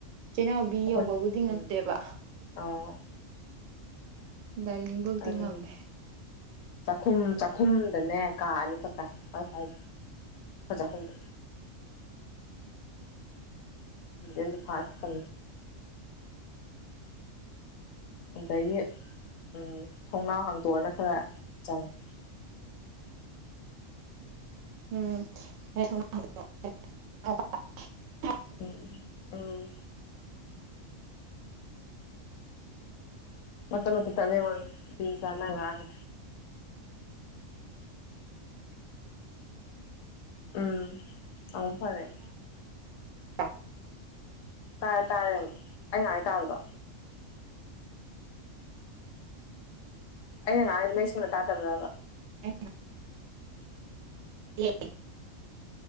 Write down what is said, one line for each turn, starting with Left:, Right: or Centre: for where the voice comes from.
Right: ꯆꯤꯅꯥꯎꯕꯤ
Left: ꯑꯩꯈꯣꯏ
Right: ꯌꯧꯕꯕꯨꯗꯤ ꯉꯗꯦꯕ
Left: ꯎꯝ ꯑꯣ
Right: ꯗꯗꯥ ꯂꯕ ꯊꯤꯡ
Left: ꯑꯗꯨꯅꯦ
Right: ꯉꯝꯃꯦ
Left: ꯆꯥꯛꯈꯨꯝ ꯆꯥꯛꯈꯨꯝꯗꯅꯦ ꯀꯛꯑꯅꯤ ꯈꯛꯥꯏ ꯐꯥꯏꯗ ꯈꯖꯈꯗ ꯏ ꯐꯥꯠ ꯐ ꯑꯣꯀꯒꯤꯦ ꯎꯝ ꯊꯣꯡꯅꯥꯎ ꯍꯥꯡꯇꯣꯛꯑꯅ ꯈꯔ ꯆꯪꯉꯦ
Right: ꯎꯝ
Left: ꯎꯝ ꯑꯣ ꯃꯠꯇꯝ ꯇꯗ ꯋꯥꯉ ꯆꯅꯒꯦ ꯎꯝ ꯑꯟ ꯐꯔꯦ
Right: ꯑ
Left: ꯇꯥꯔꯦ ꯇꯥꯔꯦ ꯑꯩ ꯉꯥꯏ ꯇꯥꯔꯕ ꯑꯩꯅ ꯅ ꯃꯩꯁꯅ ꯇꯥ ꯇꯕ
Right: ꯊꯦꯡ ꯌꯦ